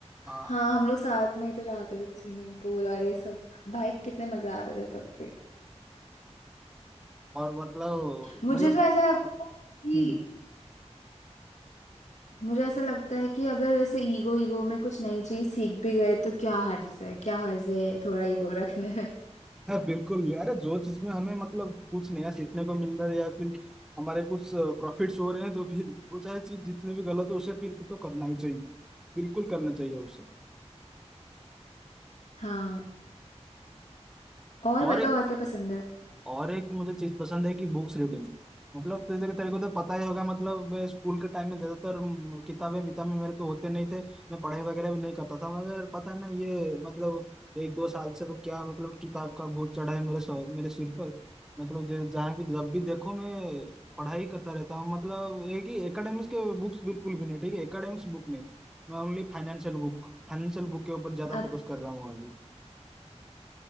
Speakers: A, in the centre; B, on the left (about 90°).
A: हाँ
B: हाँ हम लोग साथ में ही तो जाते थे स्विमिंग पूल और ये सब भाई कितने मजा आते थे तब पे
A: और मतलब
B: मुझे
A: मतलब
B: तो ऐसा लगता है कि
A: हम्म।
B: मुझे ऐसा लगता है कि अगर ऐसे ईगो ईगो में कुछ नई चीज सीख भी गए तो क्या हर्ज है क्या हर्ज है थोड़ा ईगो <laughs> रखने में
A: हाँ बिल्कुल अरे जो चीज में हमें मतलब कुछ नया सीखने को मिल रहा है या फिर हमारे कुछ प्रॉफिट्स हो रहे हैं तो फिर वो चाहे चीज जितनी भी गलत हो उसे फिर तो करना ही चाहिए बिल्कुल करना चाहिए उसे
B: हाँ और
A: और
B: बताओ
A: एक
B: और क्या पसंद है
A: और एक मुझे चीज पसंद है कि बुक्स रीडिंग मतलब तेरे तेरे तेरे को तो पता ही होगा मतलब मैं स्कूल के टाइम में ज्यादातर म, किताबें विताबें मेरे तो होते नहीं थे मैं पढ़ाई वगैरह भी नहीं करता था मगर पता ना ये मतलब एक दो साल से क्या मतलब किताब का बोझ चढ़ा है मेरे सर- मेरे सिर पर मतलब जो- जहाँ भी जब भी देखो मैं पढ़ाई करता रहता हूँ मतलब एक ही एकेडमिक्स के बुक्स बिल्कुल भी नहीं ठीक है एकेडमिक्स बुक नहीं मैं only financial book financial book के ऊपर ज्यादा
B: अ-
A: फोकस कर रहा हूँ अभी